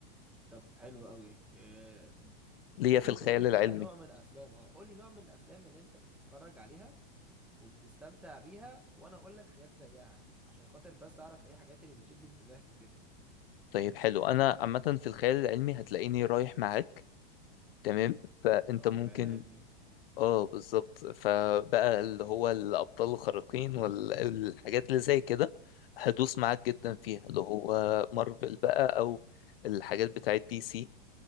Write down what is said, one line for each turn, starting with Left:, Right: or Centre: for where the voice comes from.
Centre: طب حلو قوي إيه
Left: ليا
Centre: ممكن
Left: في الخيال
Centre: تقول لي كده
Left: العلمي
Centre: نوع من الافلام اه قول لي نوع من الافلام اللي انت بتتفرج عليها وبتستمتع بيها وانا اقول لك حاجات زيها عشان خاطر بس اعرف ايه الحاجات اللي بتشد انتباهك وكده
Left: طيب حلو انا عامة في الخيال العلمي هتلاقيني رايح معاك تمام فانت
Centre: لو
Left: ممكن
Centre: خيال علمي
Left: اه بالظبط فبقى اللي هو الابطال الخارقين والحاجات اللي زي كده هدوس معاك جدا فيها اللي هو مارفل بقى او الحاجات بتاعت دي سي